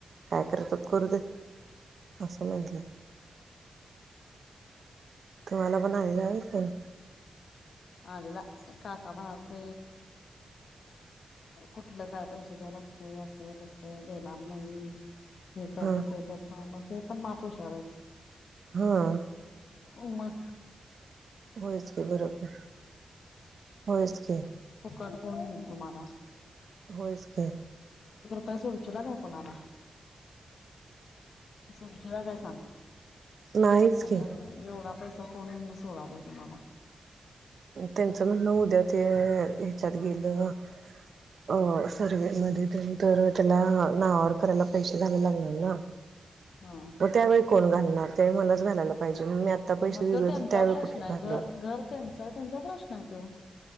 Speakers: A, on the right; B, on the left.
A: काय करत करू दे असल लाहिले तुम्हाला पण आला होईल फोन
B: अडला काकापा नत कुठलं काय पैसे द्याव लागतय असं तस देणार नाही. हे करतो,
A: हां
B: ते करतो, मग ते पण माप हुशार हायेत.
A: हं
B: ओमच्
A: होयच की, बरोबर आहे, होयच की.
B: <unintelligible> घेईल तुम्हाला.
A: होयस की
B: काय सुंचाला घेऊन कोण आला? सुंचाला काय सांग?
A: नाहीच
B: आणि
A: की
B: एव एवढा पैसा कोण सोडला आहे तुम्हाला?
A: त्यांचं म्हणणं उद्या ते ह्याच्यात गेलं अं सत <unintelligible> ते नंतर त्यांला नावावर करायला पैसे नाही लागणार ना?
B: हा
A: मग त्यावेळी कोण घालणार? ते मलाच घालायला पाहिजे <unintelligible>
B: मग तो
A: दिले
B: त्यांचा
A: तर त्यावेळी
B: प्रश्न
A: कुठले
B: आहे,
A: घालू
B: घ घर त्यांच तो त्यांचा प्रश्न आहे तो,